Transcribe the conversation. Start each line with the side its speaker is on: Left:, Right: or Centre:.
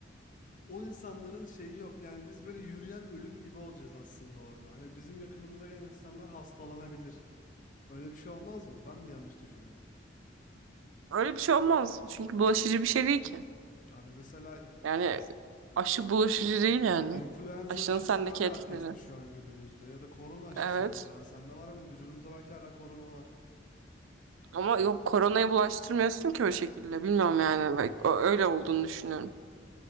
Left: o insanların şeyi yok. Yani biz böyle yürüyen ölüm gibi olacağız aslında orada. Hani bizim yakınımıza gelen insanlar hastalanabilir. Öyle bir şey olmaz mı? Ben mi yanlış düşünüyorum?
Right: Öyle bir şey olmaz. Çünkü bulaşıcı bir şey değil ki.
Left: Abi mesela e,
Right: Yani aşı bulaşıcı değil yani.
Left: influenza
Right: Aşının
Left: aşısı
Right: sendeki
Left: var ya
Right: etkileri.
Left: herkeste şu an günümüzde ya da korona aşısı
Right: Evet.
Left: mesela sende var ama vücudumuzda belki hala korona var.
Right: Ama yok koronayı bulaştırmıyorsun ki o şekilde. Bilmiyorum yani. Bak, o- öyle olduğunu düşünüyorum.